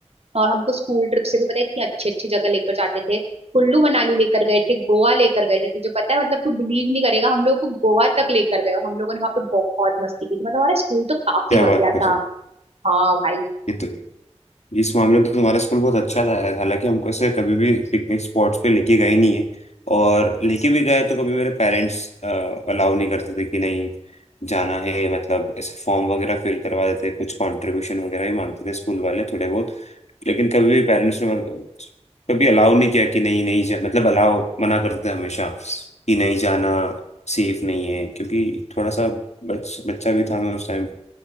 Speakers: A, on the right; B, on the left.
A: और हमको स्कूल ट्रिप से भी पता है इतनी अच्छी अच्छी जगह लेकर जाते थे कुल्लू मनाली लेकर गए थे गोवा लेकर गए थे तुझे पता है मतलब तू बिलीव नहीं करेगा हम लोग को गोवा तक लेकर गए और हम लोगों ने वहां पे बहुत मस्ती की थी मतलब हमारा स्कूल तो काफी
B: क्या बात
A: बढ़िया
B: कर रहे
A: था
B: हो
A: हाँ भाई
B: ये तो इस मामले में तो तुम्हारा स्कूल बहुत अच्छा था यार हालांकि हमको ऐसे कभी भी पिकनिक स्पॉट्स पे लेके गए नहीं है और लेके भी गए तो कभी मेरे पेरेंट्स अलाउ नहीं करते थे कि नहीं जाना है मतलब ऐसे फॉर्म वगैरह फिल करवा देते कुछ कंट्रीब्यूशन वगैरह ही मांगते थे स्कूल वाले थोड़े बहुत लेकिन कभी भी पेरेंट्स ने मतलब कभी अलाउ नहीं किया कि नहीं नहीं जा मतलब अलाउ मना करते थे हमेशा कि नहीं जाना सेफ नहीं है क्योंकि थोड़ा सा बच, बच्चा भी था मैं उस टाइम